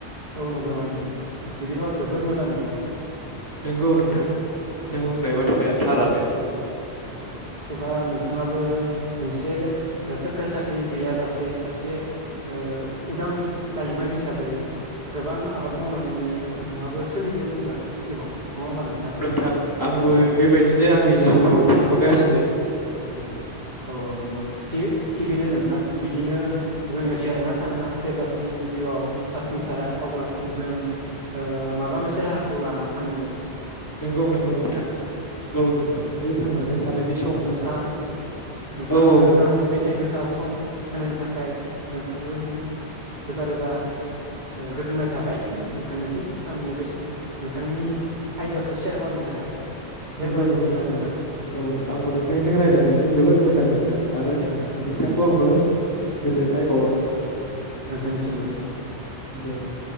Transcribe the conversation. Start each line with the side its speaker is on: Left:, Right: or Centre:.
Right: औ नंगौ नामा नोंथां? बिदिब्ला जोबोर मोजां नोंथां।
Left: नोंगौ नोंथां।
Right: औ
Left: नों बुंनाय
Right: अ
Left: बाथ्राया थारानो
Right: औ ओ थेवब्ला नोंथाङाबो मोनसे ओ सोरखारि साख्रि गैयाजासे सासे ओ उदां लाइमोन हिसाबै गोबां आबाद मावनानैनोस नोंथाङाबो सोलिदों होनबा जिउआव। नङा होमबा नोंथां?
Left: थां आंबो
Right: औ
Left: बेबायदिनो आंनि जिउखौ खुंबो गासि
Right: औ अ औ अ नंगौ। थियो थिगैनो नोंथां बिदिनो जोङो जिरायना थानाङा जेब्लासिम जिउआव जाफुंसारा अब्लासिम जों ओ माबा मोनसे राहाखौ लानानै थानांगोन।
Left: नोंगौ नोंगौ नोंथां औ नोंथां बे थांनानै थानायनि सम समाव
Right: थां नोंथांजों
Left: औ औ नोंथां
Right: आं बेसेन गोसा सम होनायनि थाख खाय नोंथांजों रोजा रोजा ओ गोजोननाय थाबाय नोंथांनिसिम आंनो बेसेन नोंथांनि आइडियाखो सेयार खालामनायनि थाखाय दे
Left: नोंगौ
Right: होमब्ला
Left: नोंगौ
Right: बिदिबा
Left: नोंथां औ
Right: दे
Left: आंबो नोंथांजों थों रायलायनानै जोबोद मोजां मोनदों आरो
Right: दे नोंथां होमबा
Left: नोंथांखौ
Right: बिदिब्ला
Left: आंबो गोजोन्थों।
Right: अ दे नोंथांनिसिमबो दे।
Left: दे नोंथां